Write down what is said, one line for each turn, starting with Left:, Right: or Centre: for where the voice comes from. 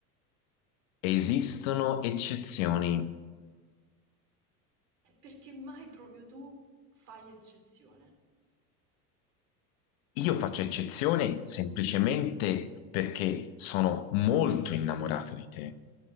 Left: Esistono eccezioni.
Right: E perché mai proprio tu fai eccezione?
Left: Io faccio eccezione semplicemente perché sono molto innamorato di te.